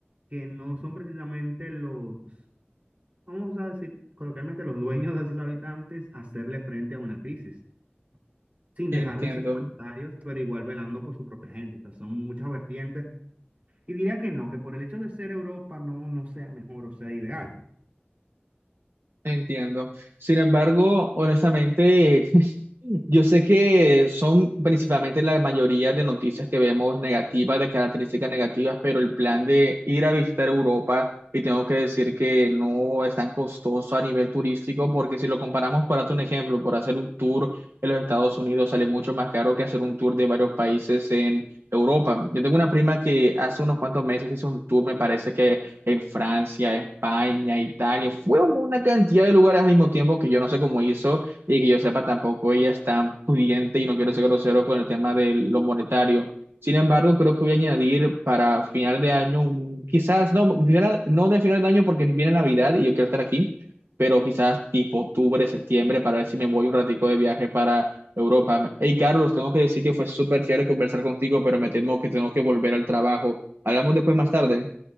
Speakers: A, on the right; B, on the right.
A: que no son precisamente los vamos a decir coloquialmente, los dueños de sus habitantes hacerle frente a una crisis, sin
B: Entiendo.
A: dejar de ser monetarios, pero igual velando por su propia gente. O sea, son muchas vertientes. Y diría que no, que por el hecho de ser Europa no, no sea mejor o sea ideal.
B: Entiendo. Sin embargo, honestamente, <laughs> yo sé que son principalmente la mayoría de noticias que vemos negativas, de características negativas, pero el plan de ir a visitar Europa, y tengo que decir que no es tan costoso a nivel turístico, porque si lo comparamos, por hacer un ejemplo, por hacer un tour en los Estados Unidos sale mucho más caro que hacer un tour de varios países en Europa. Yo tengo una prima que hace unos cuantos meses hizo un tour, me parece que en Francia, España, Italia, fue una cantidad de lugares al mismo tiempo que yo no sé cómo hizo y que yo sepa tampoco ella es tan pudiente y no quiero ser grosero con el tema de lo monetario. Sin embargo, creo que voy a añadir para final de año, un- quizás no, final- no de final de año porque viene Navidad y yo quiero estar aquí, pero quizás tipo octubre, septiembre, para ver si me voy un ratico de viaje para Europa. Hey, Carlos, tengo que decir que fue súper chévere conversar contigo, pero me temo que tengo que volver al trabajo. Hablamos después más tarde.